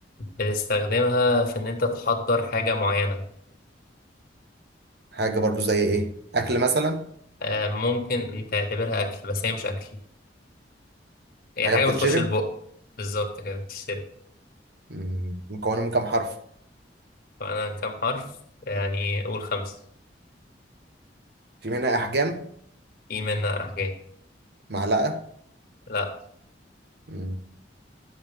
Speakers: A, on the left (about 55°); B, on the right (about 65°).
A: بتستخدمها في إن أنت تحضر حاجة معينة
B: حاجة برضو زي ايه أكل مثلا
A: آه ممكن أنت تعتبرها أكل بس هي مش أكل هي
B: حاجة
A: حاجة
B: بتتشرب
A: بتخش البق بالظبط كده بتشتري
B: مم. مكونة من كام حرف
A: فأنا كام حرف يعني قول خمسة
B: في منها أحجام
A: في منها حاجات
B: معلقة
A: لا
B: مم.